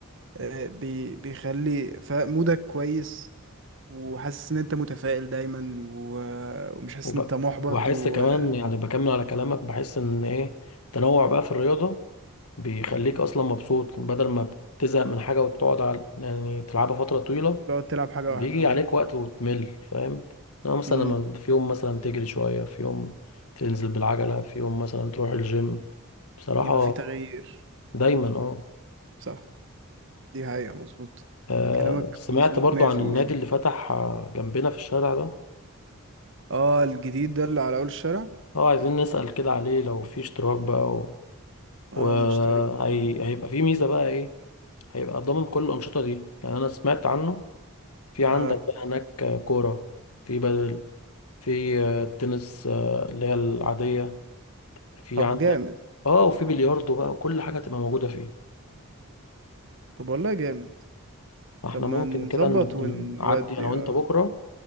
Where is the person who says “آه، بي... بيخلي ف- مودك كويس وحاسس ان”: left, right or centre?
Right